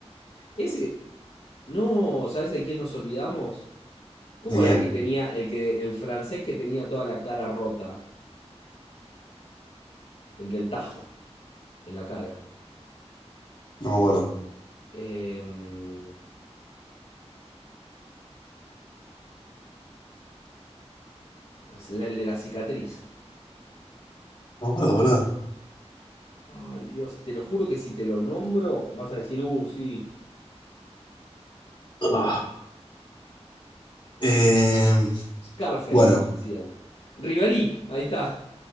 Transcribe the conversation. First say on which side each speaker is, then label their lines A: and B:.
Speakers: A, on the left; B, on the left.
A: Ese, no, ¿sabes de quién nos olvidamos? ¿Cómo
B: quién?
A: era el que tenía, el que, el francés que tenía toda la cara rota? El del tajo en la cara.
B: No me acuerdo.
A: Em, es la- el de la cicatriz.
B: No me acuerdo, boludo.
A: Ay, Dios, te lo juro que si te lo nombro, vas a decir, uh, sí.
B: Ah. Eh,
A: Scarface,
B: bueno,
A: le decían. Ribéry, ahí está.